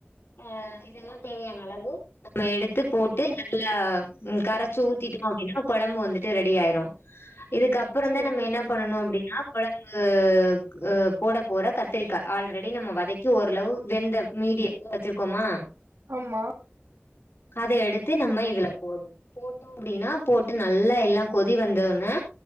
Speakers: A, on the left; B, on the right.
A: அ இதெல்லா தேவையான அளவு நம்ம எடுத்து போட்டு நல்லா கரச்சு ஊத்திட்டோ அப்டின்னா கொழம்பு வந்துட்டு ரெடி ஆயிரு இதுக்கப்புற
B: சரிங்க
A: தா நம்ம என்ன
B: தோழி.
A: பண்ணனு அப்டின்னா கொழம்பு அ போட போட கத்திரிக்கா ஆல்ரெடி நம்ம வதக்கி ஓரளவு வெந்த மீடியத் ல வச்சிர்க்கோமா
B: ஆம்மா
A: அத எடுத்து நம்ம இதுல போட் போட்டோ அப்டின்னா போட்டு நல்ல எல்லா கொதி வந்தோன்ன